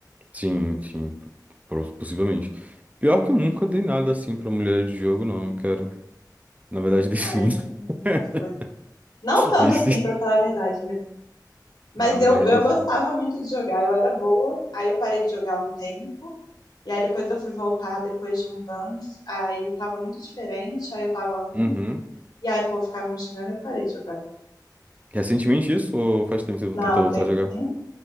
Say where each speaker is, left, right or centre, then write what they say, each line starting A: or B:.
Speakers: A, on the right (about 20°); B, on the left (about 70°).
A: sim, sim, pro- possivelmente. Pior que eu nunca dei nada, assim, pra mulher de jogo, não, cara. Na verdade, dei sim.
B: Ah, eu ganhei algumas
A: <laughs>
B: coisas. Não tanto
A: Dei sim.
B: assim, pra falar a verdade, né? Mas
A: Na verdade,
B: eu, eu
A: dei
B: gostava
A: sim.
B: muito de jogar, eu era boa. Aí eu parei de jogar um tempo. E aí depois eu fui voltar depois de uns anos. Aí tava muito diferente, aí eu tava ruim.
A: Uhum.
B: E aí o povo ficava me xingando e eu parei de jogar.
A: Recentemente isso ou faz tempo que você
B: Não,
A: tentou voltar
B: tem,
A: a jogar?
B: tem-